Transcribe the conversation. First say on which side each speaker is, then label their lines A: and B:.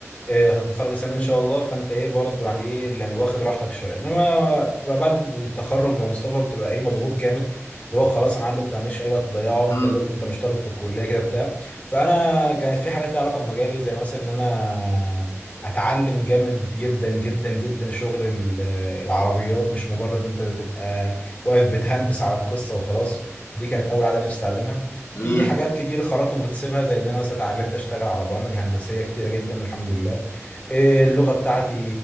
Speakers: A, on the left; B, on the left.
A: إيه، هتتخرج السنه دي
B: مم.
A: ان شاء الله فانت ايه برضه يعني ايه يعني واخد راحتك شويه انما انا بتبقى بعد التخرج يا مصطفى بتبقى ايه مضغوط جامد اللي هو خلاص يا معلم انت ما عندكش اي وقت تضيعه وانت
B: امم
A: دلوقتي انت مش طالب في الكليه كده بتاع فانا كانت في حاجات ليها علاقه بمجالي زي مثلا ان انا اتعلم جامد جدا جدا جدا شغل ال- العربيات مش مجرد ان انت تبقى واقف بتهندس على القصه وخلاص دي كانت اول عاده نفسي اتعلمها في
B: امم
A: حاجات كتير خرجت وما كنت سيبها زي ان انا مثلا اتعلمت اشتغل على برامج هندسيه كتيره جدا الحمد لله آه، اللغه بتاعتي